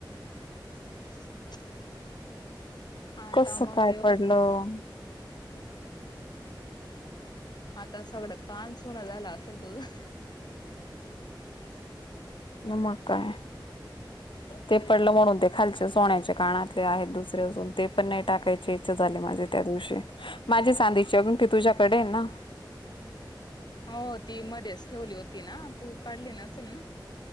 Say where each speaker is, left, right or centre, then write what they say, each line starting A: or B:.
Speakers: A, on the left; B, on the left.
A: <inaudible> आता
B: कस
A: मग
B: काय
A: व्यवस्थित
B: पडलं?
A: आता सगळा कान सुना झाला असेल तुझा.
B: मग काय. ते पडलं म्हणून ते खालचे सोन्याचे कानातले आहेत दुसरे अजून ते पण नाही टाकायची इच्छा झाली माझे त्यात माझी चांदीची अंगठी तुझ्याकडे ना.
A: हो ती मध्येच ठेवली होती ना तू काढली नसेल ना.